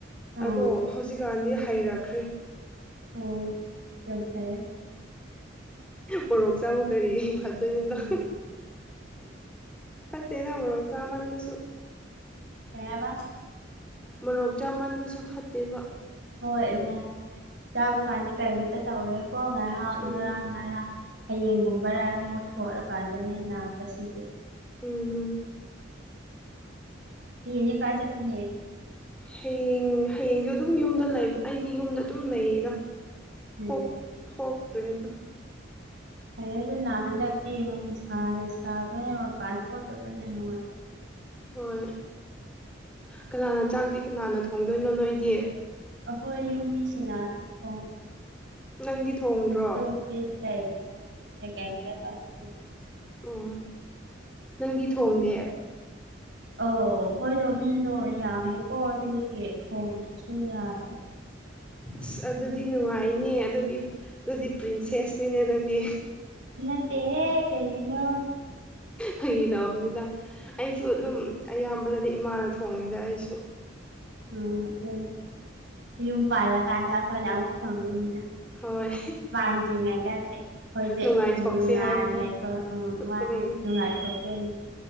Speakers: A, on the right; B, in the centre.
A: ꯎꯝ
B: ꯑꯗꯣ ꯍꯧꯖꯤꯛꯀꯥꯟꯗꯤ ꯍꯩꯔꯛꯈ꯭ꯔꯦ
A: ꯑꯣ ꯌꯥꯝ ꯐꯩꯌꯦ
B: ꯃꯣꯔꯣꯛ ꯆꯥꯕꯨ ꯀꯔꯤ ꯐꯗꯣꯏꯅꯣꯗ
A: ꯎꯝ
B: ꯐꯠꯇꯦꯗꯥ ꯃꯣꯔꯣꯛ ꯆꯥꯃꯟꯕꯁꯨ
A: ꯍꯥꯏꯕꯥ
B: ꯃꯣꯔꯣꯛ ꯆꯥꯃꯟꯕꯁꯨ ꯐꯠꯇꯦꯕ
A: ꯍꯣꯏ ꯏꯃ ꯆꯥꯕ ꯀꯥꯟꯅꯤ ꯀꯔꯤꯝꯇ ꯇꯧꯔꯦ ꯀꯣꯡ ꯉꯥꯏꯍꯥꯛ
B: ꯎꯝ
A: ꯉꯔꯥꯡ ꯉꯔꯥꯡ ꯍꯌꯦꯡꯒꯨꯝꯕ ꯂꯥꯏ ꯃꯨꯠꯊꯣꯔꯀꯥꯟ ꯗꯥꯅꯦ ꯅꯕꯁꯤꯗꯤ
B: ꯎꯝ ꯎꯝ
A: ꯌꯦꯅꯦ ꯀꯥꯏ ꯆꯞꯄꯤꯅꯦ
B: ꯍꯌꯦꯡ ꯍꯌꯦꯡꯁꯨ ꯑꯗꯨꯝ ꯌꯨꯝꯗ ꯂꯩꯕ ꯑꯩꯗꯤ ꯌꯨꯝꯗ ꯑꯗꯨꯝ ꯂꯩꯌꯦꯗꯥ
A: ꯎꯝ
B: ꯊꯣꯛ ꯊꯣꯛꯇ꯭ꯔꯦꯗ
A: ꯐꯩ ꯑꯗꯨꯣꯅ ꯍꯟꯗꯛꯇꯤ ꯅꯨꯡꯁꯥꯅ ꯁꯥꯕꯅ ꯃꯄꯥꯟ ꯊꯣꯛꯇꯕꯅ ꯅꯨꯡꯉꯥꯏꯔꯦ
B: ꯍꯣꯏ ꯀꯅꯥꯅ ꯆꯥꯛꯇꯤ ꯀꯅꯥꯅ ꯊꯣꯡꯗꯣꯏꯅꯣ ꯅꯣꯏꯗꯤ
A: ꯑꯈꯣꯏ ꯌꯨꯝ ꯃꯤ ꯁꯤꯡꯅꯥ ꯑꯗꯨꯝ ꯊꯣꯡꯒꯅꯤꯗꯥ
B: ꯅꯪꯗꯤ ꯊꯣꯡꯗ꯭ꯔꯣ
A: ꯑꯗꯅꯦ ꯂꯩꯕꯥꯅꯦ ꯍꯧꯖꯤꯛꯇꯤ ꯀꯩꯝꯇ ꯇꯧꯗꯦ
B: ꯑꯣ ꯅꯪꯗꯤ ꯊꯣꯡꯗꯦ
A: ꯑꯎ ꯑꯩꯈꯣꯏꯗꯣ ꯃꯤꯗꯣ ꯌꯥꯝꯃꯦꯀꯣ ꯑꯗꯨꯒꯤ ꯊꯣꯡꯗꯁꯨ ꯌꯥꯔꯦ
B: ꯑꯁ ꯑꯗꯨꯗꯤ ꯅꯨꯡꯉꯥꯏꯅꯦ ꯑꯗꯨꯒꯤ ꯑꯗꯨꯗꯤ ꯄ꯭ꯔꯤꯟꯁꯦꯁꯅꯤꯅꯦ ꯅꯪꯗꯤ
A: ꯅꯠꯇꯦꯍꯦ ꯀꯔꯤꯅꯣ
B: ꯐꯪꯒꯤꯇꯧꯕꯅꯤꯗ ꯑꯩꯁꯨ ꯑꯗꯨꯝ
A: ꯎꯝ
B: ꯑꯌꯥꯝꯕꯅꯗꯤ ꯏꯃꯥꯅ ꯊꯣꯡꯉꯤꯗ ꯑꯩꯁꯨ
A: ꯎꯝ ꯑꯗꯨꯅꯤ ꯌꯨꯝ ꯄꯥꯜꯂꯀꯥꯟꯗ ꯑꯩꯈꯣꯏꯅ ꯑꯃꯨꯛ ꯊꯣꯡꯕꯤꯅꯤꯗ
B: ꯍꯣꯏ
A: ꯄꯥꯟꯗ꯭ꯔꯤꯉꯩꯗꯗꯤ ꯑꯩꯈꯣꯏꯁꯦ
B: ꯅꯨꯡꯉꯥꯏꯊꯣꯛꯁꯦ
A: ꯅꯨꯡꯉꯥꯏꯔꯦ
B: ꯍꯥꯏꯕꯗꯣ
A: ꯊꯣꯛꯂꯛꯑꯣꯏ ꯋꯥꯅꯤ
B: ꯎꯝ
A: ꯅꯨꯡꯉꯥꯏ ꯊꯣꯛꯇꯣꯏꯅꯤ